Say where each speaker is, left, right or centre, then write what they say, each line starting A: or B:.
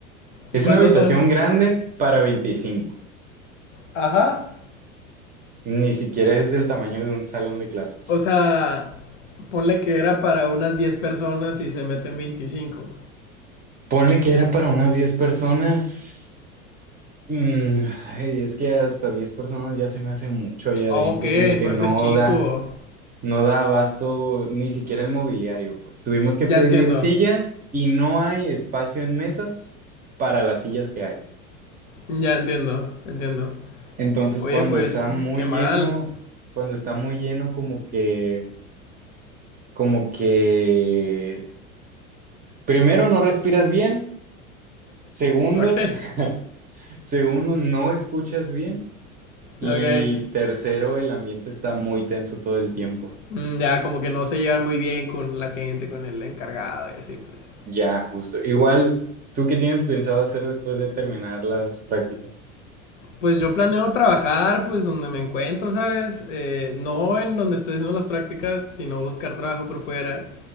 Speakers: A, on the right (about 20°); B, on the left (about 65°).
A: Es
B: ¿Y cuántos
A: una habitación
B: son?
A: grande para veinticinco
B: Ajá.
A: Ni siquiera es del tamaño de un salón de clases.
B: O sea, ponle que era para unas 10 personas y se meten 25.
A: Ponle que era para unas 10 personas. Mm, ay, es que hasta 10 personas ya se me hace mucho ahí adentro,
B: Ah, ok,
A: como
B: entonces
A: que no
B: es chico.
A: da. No da abasto ni siquiera el mobiliario, pues. Tuvimos que
B: Ya
A: pedir
B: entiendo.
A: sillas y no hay espacio en mesas para las sillas que hay.
B: Ya entiendo, entiendo.
A: Entonces,
B: Oye,
A: cuando
B: pues,
A: está muy
B: qué mal.
A: lleno, cuando está muy lleno, como que, como que, primero no respiras bien, segundo,
B: Ok,
A: <laughs> segundo no escuchas bien y
B: <laughs> ok.
A: tercero, el ambiente está muy tenso todo el tiempo.
B: Mm, Ya como que no se llevan muy bien con la gente, con el encargado y así, pues.
A: Ya, justo. Igual, ¿tú qué tienes pensado hacer después de terminar las prácticas?
B: Pues yo planeo trabajar, pues, donde me encuentro, ¿sabes? Eh, no en donde estoy haciendo las prácticas, sino buscar trabajo por fuera